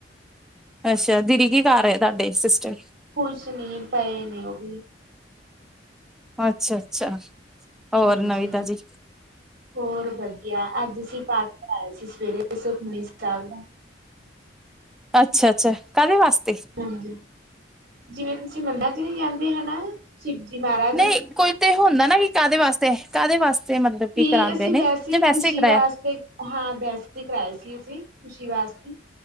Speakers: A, in the centre; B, on the right.
A: ਅੱਛਾ ਦੀਦੀ ਕੀ ਕਰ ਰਹੇ ਤੁਹਾਡੇ ਸਿਸਟਰ
B: ਕੁਸ਼ ਨਹੀਂ ਪਏ ਨੇ ਉਹ ਵੀ
A: ਅੱਛਾ ਅੱਛਾ। ਹੋਰ
B: ਹਾਂਜੀ।
A: ਨਵੀਂ ਤਾਜੀ
B: ਹੋਰ ਵਧੀਆ ਅੱਜ ਅਸੀਂ ਪਾਠ ਕਰਾਇਆ ਸੀ ਸਵੇਰੇ ਸੁਖਮਨੀ ਸਾਹਿਬ ਦਾ।
A: ਅੱਛਾ ਅੱਛਾ ਕਾਹਦੇ ਵਾਸਤੇ
B: ਹਾਂਜੀ ਜਿਵੇਂ ਤੁਸੀਂ ਮੰਡਾ ਚ ਜਾਂਦੇ ਹਨਾ ਸ਼ਿਵਜੀ ਮਹਾਜ
A: ਨਹੀਂ ਕੋਈ ਤੇ ਇਹ ਹੁੰਦਾ ਨਾ ਕਿ ਕਾਹਦੇ ਵਾਸਤੇ ਕਾਹਦੇ ਵਾਸਤੇ ਮਤਲਬ ਕੀ
B: ਵੀ
A: ਕਰਾਂਦੇ
B: ਅਸੀਂ
A: ਨੇ
B: ਵੈਸੇ
A: ਜਾਂ
B: ਖੁਸ਼ੀ
A: ਹੀ ਕਰਾਇਆ
B: ਵਾਸਤੇ ਹਾਂ ਵੈਸੇ ਕਰਵਾਏ ਸੀ ਅਸੀਂ ਖੁਸ਼ੀ ਵਾਸਤੇ